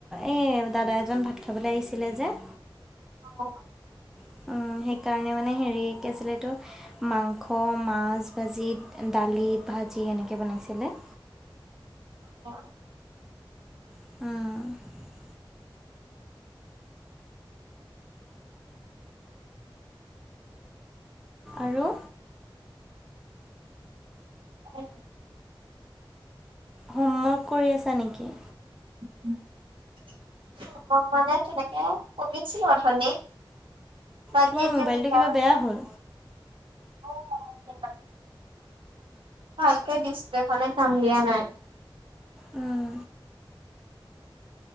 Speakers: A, in the centre; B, on the right.
A: এই দাদা এজন ভাত খাবলৈ আহিছিলে যে
B: অ'
A: অ', সেইকাৰণে মানে হেৰি কি আছিলে এইটো মাংস, মাছ, ভাজি, দালি, ভাজি এনেকে বনাইছিলে।
B: <inaudible>
A: অ' আৰু?
B: <inaudible>
A: হোমৱৰ্ক কৰি আছা নেকি?
B: <inaudible> মই মানে তেনেকে কৰিছিলোঁ অথনি বাকী
A: তোমাৰ
B: এতিয়া
A: মোবাইলটো
B: লিখা
A: কিবা বেয়া হ'ল
B: <unintelligible> ভালকে ডিছপ্লে খনে কাম দিয়া নাই।
A: উম।